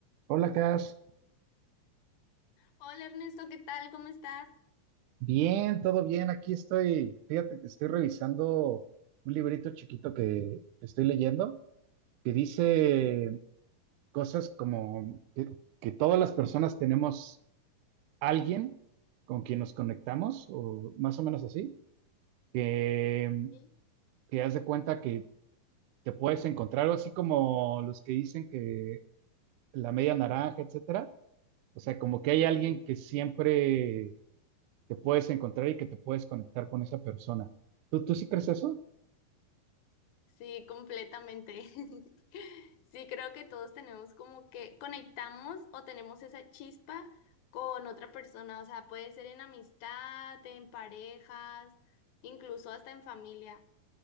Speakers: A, on the right; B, on the left.
A: Hola, Cash.
B: Hola Ernesto, ¿qué tal? ¿Cómo estás?
A: Bien, todo bien. Aquí estoy. Fíjate que estoy revisando un librito chiquito que estoy leyendo que dice cosas como que, que todas las personas tenemos alguien con quien nos conectamos, o más o menos así, que,
B: Sí,
A: que haz de cuenta que te puedes encontrar algo así como los que dicen que la media naranja, etcétera. O sea, como que hay
B: Sí,
A: alguien que siempre te puedes encontrar y que te puedes conectar con esa persona. ¿Tú, tú sí crees eso?
B: sí, completamente. <laughs> Sí, creo que todos tenemos como que conectamos o tenemos esa chispa con otra persona, o sea, puede ser en amistad, en parejas, incluso hasta en familia.